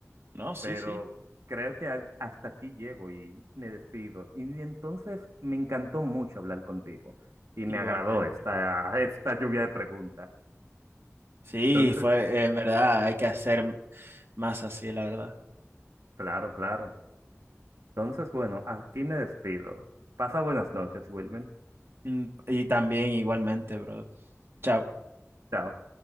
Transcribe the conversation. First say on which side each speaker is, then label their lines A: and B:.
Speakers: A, on the right; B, on the right.
A: No, sí,
B: Pero
A: sí,
B: creo que a- hasta aquí llego y me despido. Y entonces me encantó mucho hablar contigo. Y me
A: igualmente.
B: agradó esta, esta lluvia de preguntas.
A: Sí,
B: Entonces,
A: fue, en verdad, hay que hacer más así, la verdad.
B: claro, claro. Entonces, bueno, aquí me despido. Pasa buenas noches, Wilmer.
A: Mm, Y también igualmente, bro. Chao.
B: Chao.